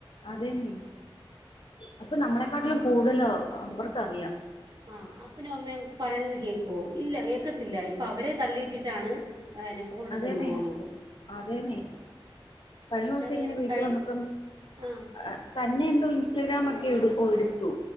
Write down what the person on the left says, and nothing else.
അതേന്നെ അപ്പം നമ്മളെക്കാട്ടിലും കൂടുതലോ അവർക്കറിയാ
അതേന്നേ
അതേന്നേ കഴിഞ്ഞോസങ്ങനെ
വീട്ട്
വന്നപ്പം
ആഹ് തന്നെ തും ഇൻസ്റ്റഗ്രാമക്കെ എടു ഒടുത്തു